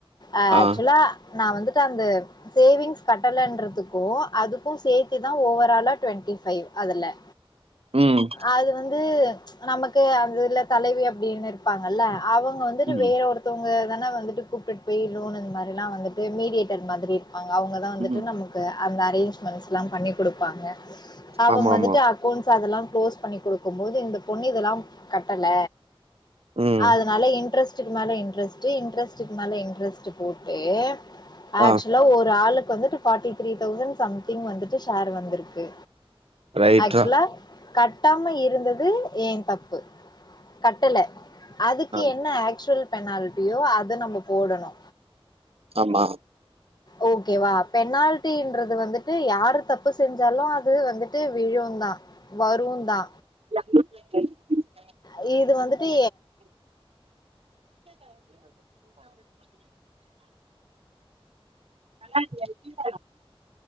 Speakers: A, on the left; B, on the right.
A: அ ஆக்சுலா
B: ஆ,
A: நா வந்துட்டு அந்த சேவிங்ஸ் கட்டலன்றதுக்கு அதுக்கு சேத்துதா ஓவராலா டுவெண்ட்டி ஃபைவ் அதுல
B: ம்,
A: அது வந் ந்து நமக்கு அதுல தலைவி அப்டின்னு இருப்பாங்கல்ல அவங்க வந்துட்டு
B: ம்,
A: வேற ஒரு த்தோங்க தான வந்துட்டு கூப்ட்டுட்டு போய் லோனு இந் மாரிலா வந்துட்டு மீடியேட்டர் மாதிரி பாங்க அவுங்கதா வந்துட்டு
B: ம்.
A: நமக்கு அந்த அரேஞ்மெண்ட்ஸ்லா பண்ணி குடுப்பாங்க அவங்க
B: ஆமாமா.
A: வந்துட்டு அக்கோண்ட்ஸ் அதலா க்ளோஸ் பண்ணி குடுக்கும்போது இந்த பொண்ணு இதலா கட்டல
B: ம்.
A: அதனால இன்ட்ரஸ்ட்டுக்கு மேல இன்ட்ரஸ்ட்டு இன்ட்ரஸ்ட் ஸ்ட்க்கு மேல இன்ட்ரஸ்ட்டு போட்டு ஆக்சுவலா
B: ஆ
A: ஒரு ஆளுக்கு வந்துட்டு ஃபாட்டி த்ரீ தௌசண்ட் சம்திங் வந்துட்டு ஷேர் வந்துருக்கு
B: ரைட்ரா.
A: ஆக்சுலா கட்டாம இருந்தது ஏன் தப்பு கட்டல அதுக்கு
B: ஆ,
A: என்ன ஆக்சுவல் பெனால்ட்டியோ அத நம்ம போடணு
B: ஆமா
A: ஓகேவா பெனால்டின்றது வந்துட்டு யாரு தப்பு செஞ்சாலு அது வந்துட்டு விழுந்தா வருந்தா
B: <inaudible>
A: அ இது வந்துட்டு
B: நல்லாருக்கியா